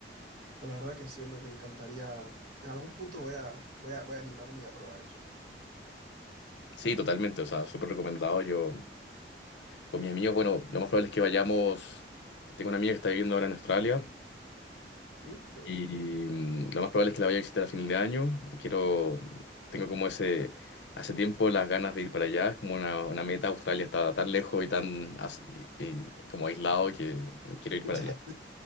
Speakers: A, on the right; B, on the left.
A: pues la verdad que sí, hombre, me encantaría. En algún punto voy a, voy a, voy a animarme y a probar eso.
B: Sí, totalmente, o sea, súper recomendado. Yo con mis amigos, bueno, lo más probable es que vayamos, tengo una amiga que está viviendo ahora en Australia.
A: Mm, Qué bien.
B: Y
A: <laughs>
B: mm, lo más probable es que la vaya a visitar a fin de año. Quiero, tengo como ese, hace tiempo las ganas de ir para allá, es como una, una meta. Australia está tan lejos y tan as- y- y como aislado que quiero ir
A: Ya,
B: para allá.